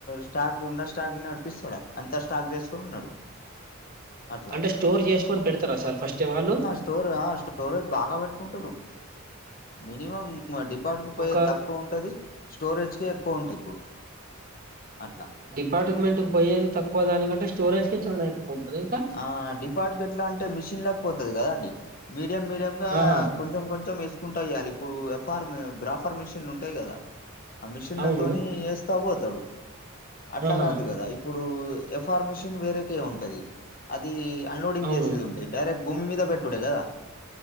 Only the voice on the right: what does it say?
అంటే స్టోర్ చేసుకోని పెడతారా సార్ ఫిస్ట్టే వాళ్ళు
ఒక
పార్టుకుమెంటుకు పొయ్యేది తక్కువ దానింటే స్టోరేజ్ కే చానా ఎక్కువ ఉంటదా ఇంకా
ఆహా
అవును
ఆహా
అవును